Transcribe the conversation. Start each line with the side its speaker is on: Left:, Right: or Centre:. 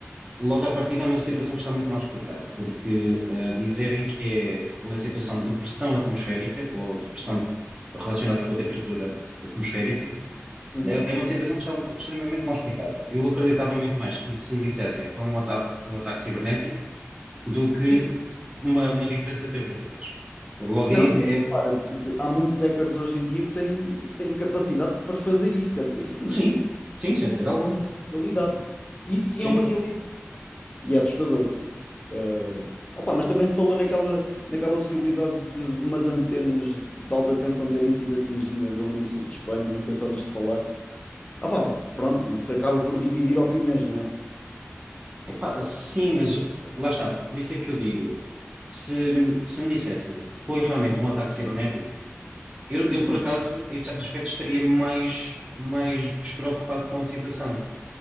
Right: logo à partida é uma situação que está muito mal explicada, porque ah, dizerem que é uma situação de pressão atmosférica ou de pressão relacionada com a temperatura atmosférica
Left: Uhum.
Right: é, é uma situação que está extremamente mal explicada. Eu acreditava muito mais que se me dissessem que foi um ataque, um ataque cibernético do que
Left: Sim.
Right: uma, uma diferença de temperaturas. Logo
Left: Não,
Right: aí,
Left: e
Right: é,
Left: claro, porque há muitos hackers hoje em dia que têm, têm capacidade para fazer isso, quer dizer, <laughs>
Right: sim, sim, sem dúvida alguma.
Left: realidade. Isso sim
Right: Sim,
Left: é uma realidade. E é assustador. Eh, opá, mas também se falou naquela, naquela possibilidade de, de umas antenas de alta tensão terem sido atingidas ali no sul de Espanha, não sei se ouviste falar. Opá, pronto, isso acaba por dividir opiniões, não é?
Right: Epá, sim, mas lá está. Por isso é que eu digo, se, se me dissessem que foi realmente um ataque cibernético, eu,
Left: Uhum.
Right: eu, por acaso, em certo aspecto, estaria mais, mais despreocupado com a situação.